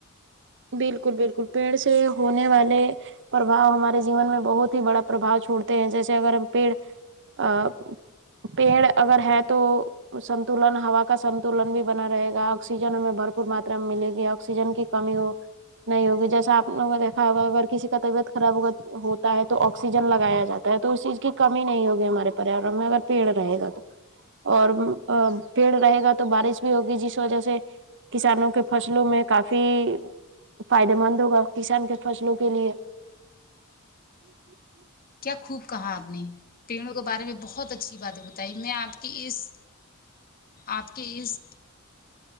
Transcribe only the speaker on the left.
کیا خوب کہا آپ نے <unintelligible> پرینوں کے بارے میں بہت اچھی باتیں بتایی میں آپ کی اس آپ کے اس